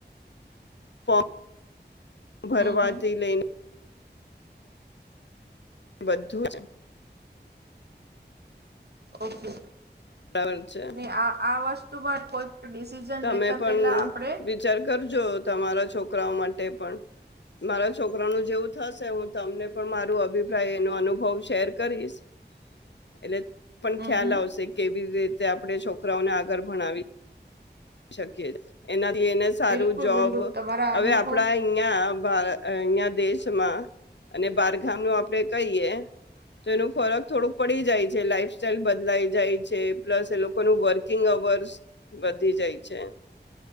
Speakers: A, on the left (about 80°); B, on the right (about 65°).
A: ફમ ભરવાથી
B: હમ હમ
A: લઈને બધું જ
B: ઓકે.
A: બરાબર છે
B: ને આ આ વસ્તુ ત ભ કોઈ પણ ડિસિઝન
A: તમે
B: લેતા
A: પણ
B: પેલા આપણે
A: વિચાર કરજો તમારા છોકરાઓ માટે પણ મારા છોકરા નું જેવું થશે હું તમને પણ મારું અભિપ્રાય, એનો અનુભવ શેર કરીશ એટલે પણ
B: હમ
A: ખ્યાલ
B: હમ
A: આવશે કેવી રીતે આપણે છોકરાઓને આગળ ભણાવી શકી એના ને સારું
B: બિલકુલ
A: જોબ
B: બિલકુલ તમારા
A: હવે
B: અનુભવ
A: આપડા અહીંયા અહયા દેશમાં અને બારગામ ન આપણે કહીએ, તો એનું ફરક થોડુંક પડી જાય છે, લાઈફ સ્ટાઈલ બદલાઈ જાય છે, પ્લસ એ લોકોનું વર્કિંગ અવર્સ વધી જાય છે,